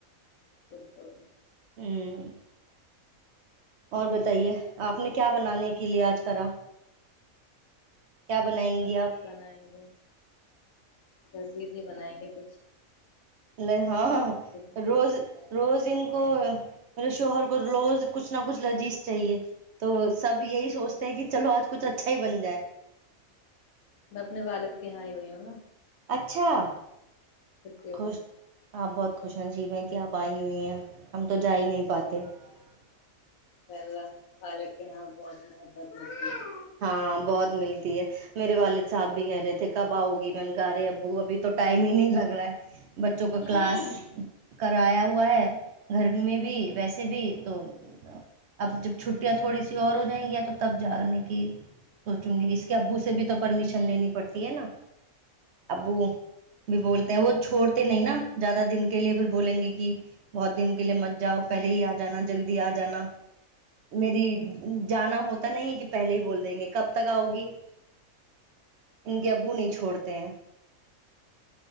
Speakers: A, on the left; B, on the right.
A: بالک <unintelligible>
B: اوں <unintelligible> اور بتائیے آپ نے کیا بنانے کے لیے آج کرا کیا بنائیں
A: بس
B: گی آپ
A: سب بنائیں گے گھسی سےی بنائیں گے کچھ
B: ال <unintelligible> ہاں ہاں ہاں
A: جتنا
B: روز روز ان <unintelligible> کو میرے شوہر کو روز کچھ نہ کچھ لذیذ چاہیے تو سب یہی سوچتے ہیں کہ چلو آج کچھ اچھا ہی بن جائے <unintelligible>
A: میں اپنے والد کے یہاں ہی ہوئی ہوں نا
B: اچھا <unintelligible>
A: چھٹییوں
B: خوش
A: میں <unintelligible>
B: آپ بہت خوش نصیب ہیں کہ آپ آئی ہوئی ہیں ہم تو جا ہی نہیں پاتے <unintelligible>
A: انشاء اللہ وال کے یہاں بہت محبت ہو <unintelligible>
B: ہاں بہت ملتی ہے <unintelligible> میرے والد صاحب بھی کہہ رہے تھے کب آؤ گی میں نے کہا رہے ابو ابھی تو ٹائم ہی نہیں لگ رہا ہے <unintelligible> بچوں کا کلاس
A: ہے
B: کر <unintelligible> آیا ہوا ہے گھر میں بھی ویسے بھی تو اب جب چھٹیاں تھوڑی سی اور ہو جائیں گی تو تب جانے کے <unintelligible> سوچوں گی اس کے ابو سے بھی تو پرمیشن لینی پڑتی ہے نا ابو بھی بولتے ہیں وہ چھوڑتے نہیں نا زیادہ دن کے لیے پھر بولیں گے کہ بہت دن کے لیے مت جاؤ پہلے ہی آ جانا جلدی آ جانا میری جانا ہوتا نہیں کہ <unintelligible> پہلے ہی بول دیں گے کب تک آؤ گی ان کے ابو نہیں چھوڑتے ہیں <unintelligible>